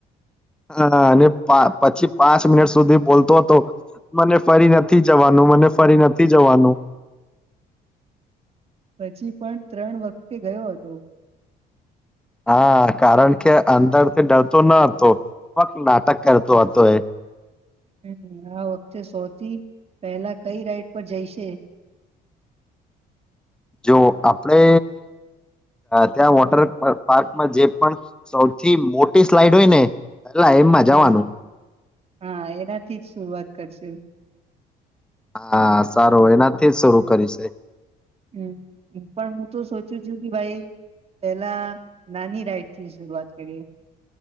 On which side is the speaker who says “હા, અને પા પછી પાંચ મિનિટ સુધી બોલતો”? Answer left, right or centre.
Centre